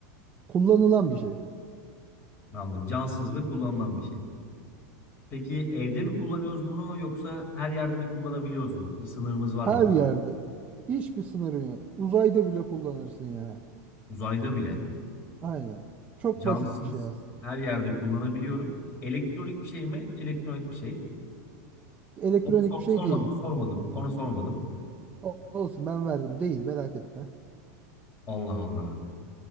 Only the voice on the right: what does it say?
Kullanılan bir şey.
Her
yerde. Hiçbir sınırın yok. Uzayda bile kullanırsın ya.
Aynen. Çok
basit bir şey aslında.
Elektronik
bir şey
değil.
O- Olsun ben verdim. Değil merak etme.